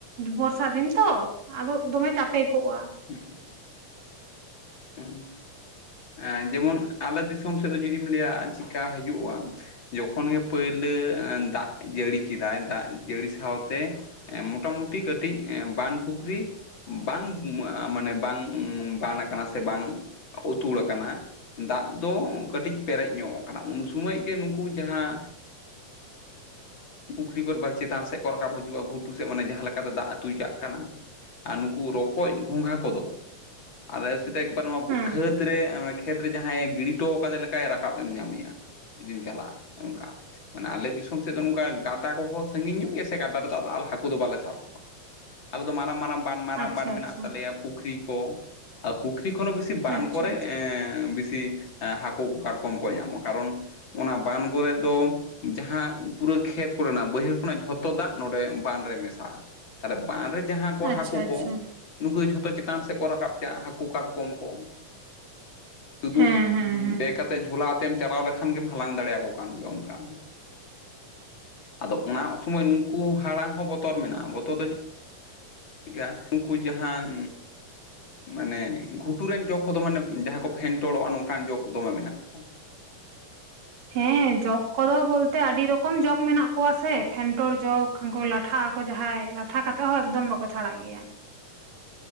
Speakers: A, on the right; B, on the left.
A: ᱵᱚᱨᱥᱟ ᱫᱤᱱ ᱛᱚ, ᱟᱫᱚ ᱫᱚᱢᱮ ᱪᱟᱯᱮ ᱠᱚᱜᱼᱟ ᱾
B: ᱦᱩᱸᱜᱩᱸ ᱾ ᱦᱩᱸ ᱩᱸ ᱡᱮᱢᱚᱱ ᱟᱞᱮ ᱫᱤᱥᱚᱢ ᱥᱮᱫ ᱫᱚ ᱡᱩᱫᱤᱢ ᱞᱟᱹᱭᱟ ᱪᱤᱠᱟ ᱦᱤᱡᱩᱜᱼᱟ? ᱡᱚᱠᱷᱚᱱ ᱜᱮ ᱯᱟᱹᱭᱞᱟᱹ ᱫᱟᱜ ᱡᱟᱹᱲᱤ ᱠᱮᱫᱟᱭ ᱫᱟᱜ ᱡᱟᱹᱲᱤ ᱥᱟᱶᱛᱮᱼᱼ ᱮᱸᱻ ᱢᱚᱴᱟᱢᱩᱴᱤ ᱠᱟᱹᱴᱤᱡ ᱮᱸ ᱵᱟᱱ ᱯᱩᱠᱷᱨᱤᱼᱼ ᱵᱟᱝ <unintelligible> ᱢᱟᱱᱮ ᱵᱟᱝ ᱵᱟᱱ ᱟᱠᱟᱱᱟ ᱥᱮ ᱵᱟᱝ ᱩᱛᱩᱲ ᱟᱠᱟᱱᱟ ᱾ ᱫᱟᱜ ᱫᱚ ᱠᱟᱹᱴᱤᱡ ᱯᱮᱨᱮᱡ ᱧᱚᱜ ᱠᱟᱱᱟ ᱩᱱ ᱥᱚᱢᱚᱭ ᱜᱮ ᱱᱩᱠᱩ ᱡᱟᱦᱟᱸᱼᱼ ᱯᱩᱠᱷᱨᱤ ᱠᱚ ᱮᱵᱟᱨ ᱪᱮᱛᱟᱱ ᱥᱮᱫ ᱠᱚ ᱨᱟᱠᱟᱵ ᱦᱤᱡᱩᱜᱼᱟ ᱜᱷᱩᱴᱩ ᱥᱮᱫ ᱢᱟᱱᱮ ᱡᱟᱦᱟᱸ ᱞᱮᱠᱟᱛᱮ ᱫᱟᱜ ᱟᱛᱩ ᱪᱟᱜ ᱠᱟᱱᱟ ᱾ ᱟᱨ ᱱᱩᱠᱩ ᱨᱚᱠᱚᱡ ᱜᱷᱚᱸᱜᱷᱟ ᱠᱚᱫᱚ ᱟᱞᱮ ᱥᱮᱫ ᱫᱚ ᱮᱠᱵᱟᱨ ᱱᱚᱣᱟ
A: ᱦᱮᱸ
B: ᱠᱷᱟᱹᱛ ᱨᱮᱼᱼ ᱠᱷᱮᱛᱨᱮ ᱡᱟᱦᱟᱸᱭᱮ ᱜᱤᱰᱤ ᱦᱚᱴᱚ ᱟᱠᱟᱫᱮ ᱞᱮᱠᱟᱭ ᱨᱟᱠᱟᱵ ᱮᱢ ᱧᱟᱢᱮᱭᱟ ᱾ ᱡᱩᱫᱤᱢ ᱪᱟᱞᱟᱜᱼᱟ ᱚᱱᱠᱟ ᱢᱟᱱᱮ ᱟᱞᱮ ᱫᱤᱥᱚᱢ ᱥᱮᱫ ᱫᱚ ᱱᱚᱝᱠᱟ ᱼᱼ ᱜᱟᱰᱟ ᱠᱚᱦᱚᱸ ᱥᱟᱜᱤᱧ ᱧᱚᱜ ᱜᱮᱭᱟ ᱥᱮ ᱜᱟᱰᱟ ᱨᱮᱫᱚ ᱦᱟᱹᱠᱩ ᱫᱚ ᱵᱟᱞᱮ ᱥᱟᱵ ᱠᱚᱣᱟ ᱟᱞᱮ ᱫᱚ ᱢᱟᱨᱟᱝ ᱼᱼ ᱢᱟᱨᱟᱝ ᱵᱟᱱ ᱟᱨᱟᱝ
A: ᱟᱪᱪᱷᱟ
B: ᱵᱟᱱ ᱢᱮᱱᱟᱜ
A: ᱟᱪᱪᱷᱟ
B: ᱛᱟᱞᱮᱭᱟ ᱯᱩᱠᱷᱨᱤ ᱠᱚ ᱼᱼ <unintelligible> ᱛᱠᱷᱚᱱ ᱫᱚ ᱵᱤᱥᱤ ᱵᱟᱱ
A: ᱟᱪᱪᱷᱟ
B: ᱠᱚᱨᱮ ᱮᱸᱻ ᱵᱤᱥᱤ ᱼᱼ ᱦᱟᱹᱠᱩ ᱠᱚ ᱠᱟᱴᱠᱚᱢ ᱠᱚ ᱧᱟᱢᱚᱜᱼᱟ ᱠᱟᱨᱚᱱ ᱚᱱᱟ ᱵᱟᱱ ᱠᱚᱨᱮ ᱫᱚ ᱡᱟᱦᱟᱸ ᱯᱩᱨᱟᱹ ᱠᱷᱮᱛᱼᱼ <unintelligible> ᱵᱟᱹᱭᱦᱟᱹᱲ ᱠᱷᱚᱱᱟᱜ ᱡᱷᱚᱛᱚ ᱫᱟᱜ ᱱᱚᱰᱮ ᱵᱟᱱ ᱨᱮ ᱢᱮᱥᱟᱜᱼᱟ ᱛᱟᱦᱚᱞᱮ ᱵᱟᱱ ᱨᱮᱼᱼ ᱡᱟᱦᱟᱸ ᱠᱚ ᱦᱟᱹᱠᱳ
A: ᱟᱪᱪᱷᱟ
B: ᱠᱚ
A: ᱟᱪᱪᱷᱟ
B: ᱼᱼ ᱱᱩᱠᱩ ᱫᱚ ᱡᱷᱚᱛᱚ ᱪᱮᱛᱟᱱ ᱥᱮᱫ ᱠᱚ ᱨᱟᱠᱟᱵ ᱪᱟᱼᱟ ᱦᱟᱹᱠᱩ ᱠᱟᱴᱠᱚᱢ ᱠᱚ ᱥᱩᱫᱩᱼᱼ
A: ᱦᱮᱸ ᱦᱮᱸ ᱦᱮᱸ
B: ᱵᱮᱜ ᱟᱛᱮᱫ ᱡᱷᱟᱞᱟ ᱟᱛᱮᱢ ᱪᱟᱞᱟᱣ ᱞᱮᱠᱷᱟᱱ ᱜᱮᱢ ᱦᱟᱞᱟᱝ ᱫᱟᱲᱮᱭᱟᱠᱚ ᱠᱟᱱ ᱜᱮᱭᱟ ᱚᱱᱠᱟᱱᱼᱼ ᱟᱫᱚ ᱚᱱᱟ ᱥᱚᱢᱚᱭ ᱱᱩᱠᱩ ᱦᱟᱲᱟᱝ ᱦᱚᱸ ᱵᱚᱛᱚᱨ ᱢᱮᱱᱟᱜᱼᱟ ᱵᱚᱛᱚᱨ ᱫᱚᱼᱼ <unintelligible> <unintelligible> ᱩᱱᱠᱩ ᱡᱟᱦᱟᱸᱼᱼ ᱢᱟᱱᱮ ᱜᱷᱩᱴᱩ ᱨᱮᱱ ᱡᱚᱜᱽ ᱠᱚᱫᱚ ᱢᱟᱱᱮ ᱡᱟᱦᱟᱸᱭ ᱠᱚ ᱯᱷᱮᱱᱴᱚᱲᱚᱜᱼᱟ ᱱᱚᱝᱠᱟᱱ ᱡᱚᱜᱽ ᱫᱚᱢᱮ ᱢᱮᱱᱟᱜ ᱠᱚᱣᱟ ᱾
A: ᱦᱮᱸ ᱡᱚᱠ ᱠᱚᱫᱚ ᱵᱚᱞᱛᱮ ᱟᱹᱰᱤ ᱨᱚᱠᱚᱢ ᱡᱚᱠ ᱢᱮᱱᱟᱜ ᱠᱚᱣᱟ ᱥᱮ ᱯᱷᱮᱱᱴᱚᱲ ᱡᱚᱠᱼᱼ ᱠᱷᱟᱱ ᱠᱚ ᱞᱟᱴᱷᱟᱜ ᱟᱠᱚ ᱡᱟᱦᱟᱸᱭ ᱞᱟᱴᱷᱟ ᱠᱟᱛᱮᱫ ᱦᱚᱸ ᱮᱠᱫᱚᱢ ᱵᱟᱠᱚ ᱪᱷᱟᱲᱟᱜ ᱜᱮᱭᱟ ᱾